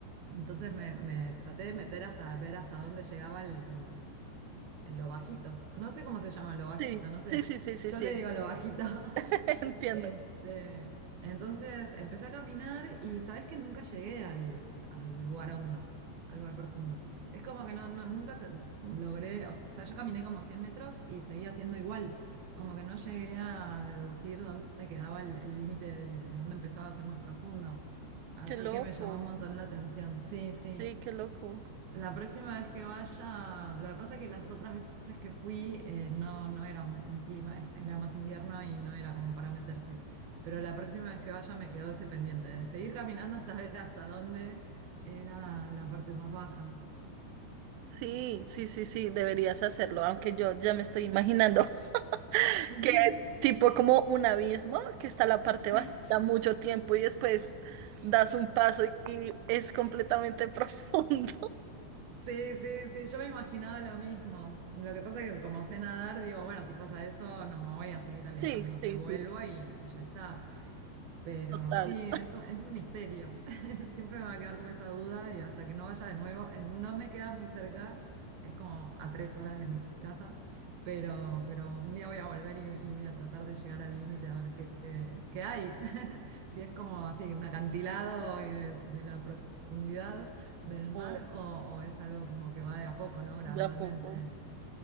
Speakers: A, on the right (about 65°); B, on the right (about 80°).
A: entonces me, me traté de meter hasta ver hasta dónde llegaba el, el- lo bajito. No sé cómo se llama, lo bajito,
B: Sí,
A: no sé.
B: sí, sí, sí, sí,
A: Yo
B: sí.
A: le digo lo bajito. <laughs>
B: <laughs> Entiendo.
A: Este, entonces empecé a caminar y sabes que nunca llegué al, al lugar hondo, al lugar profundo. Es como que no, no- nunca te- logré, o sea, yo caminé como 100 metros y seguía siendo igual, como que no llegué a deducir dónde quedaba el el límite de, de dónde empezaba a ser más profundo. Así
B: Qué loco.
A: que me llamó un montón la atención, sí, sí.
B: Sí, qué loco.
A: La próxima vez que vaya, lo que pasa es que las otras veces que fui eh, no, no era un un clima, es- era más invierno y no era como para meterse. Pero la próxima vez que vaya me quedó ese pendiente de seguir caminando hasta ver hasta dónde era la parte más baja.
B: Sí, sí, sí, sí, deberías hacerlo, aunque yo ya me estoy imaginando <laughs>
A: Ujú.
B: que tipo como un abismo que está la parte
A: <laughs>
B: bajita mucho tiempo y después das un paso y es completamente <laughs> profundo.
A: Sí, sí, sí, sí, yo me imaginaba lo mismo. Lo que pasa es que como sé nadar, digo, bueno, si pasa eso, no me voy a seguir alejando,
B: Sí, sí,
A: me vuelvo
B: sí,
A: y, y ya está. Pero
B: Total,
A: sí, es un, es un misterio. <laughs> Siempre me va a quedar con esa duda y hasta que no vaya de nuevo, eh, no me queda muy cerca, es como a tres horas de mi casa, pero, pero un día voy a volver y, y voy a tratar de llegar al límite a ver qué, qué- qué hay. <laughs> Si es como así, un acantilado eh, de, la profundidad del mar
B: o
A: o, o es algo como que va de a poco, ¿no? Gradualmente.
B: de a poco.